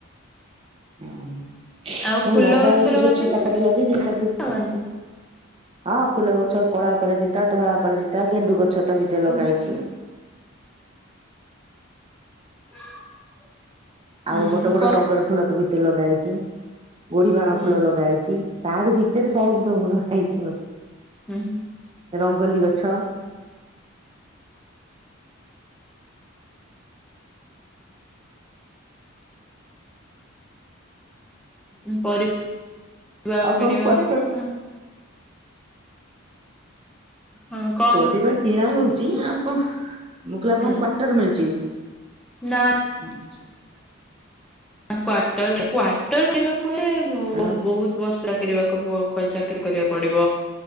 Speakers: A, on the right; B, in the centre.
A: ହୁଁ
B: ଆଉ
A: ମୁଁ
B: ଫୁଲ
A: ଲଙ୍କା ଗଛ
B: ଲଗାନ୍ତି
A: ଯୋଉ ଛଅ ସାତଟା
B: ନା
A: ଲଗେଇ ତାକୁ
B: ଲଗାନ୍ତିନି?
A: ହଁ ଫୁଲ ଗଛ କଳା ପରାଜିତା ଧଳା ପରାଜିତା ଗେଣ୍ଡୁ ଗଛ ତା ଭିତରେ ଲଗା
B: ହୁଁ
A: ହେଇଛି।
B: <inaudible>
A: ଆଉ ବଡ ବଡ
B: କ
A: ଟଗର ଫୁଲ ତ ଭିତରେ ଲଗାଇଛି ଗୋଡି ବାଣ
B: ହୁଁ
A: ଫୁଲ ଲଗାହେଇଛି। ତାରି ଭିତରେ ସବୁ ସବୁ ଲଗାହେଇଛି ମୋର।
B: ଉଁ ହୁଁ।
A: ରଙ୍ଗୋଲି ଗଛ।
B: ଉଁ ପରିବା ଆଉ
A: କଣ
B: କିଣିବାକୁ
A: କ୍ଵାଟର
B: ଯେ ହୁଁ। ହଁ କ।
A: ପରିବା କିଣା ହଉଛି ଆଉ କଣ ମୁଁ କହିଲି ଆପଣଙ୍କ
B: ହୁଁ
A: କ୍ଵାର୍ଟର ମିଳିଛି?
B: ନା।
A: ଆଚ୍ଛା।
B: କ୍ଵାଟରେ କ୍ୱାଟର ମିଳିବାକୁ ହେ ଭୋ
A: ଆଉ
B: ବହୁତ୍ ବ ସ୍କାକିରିବା ଚାକିରି କରିବାକୁ ପଡିବ।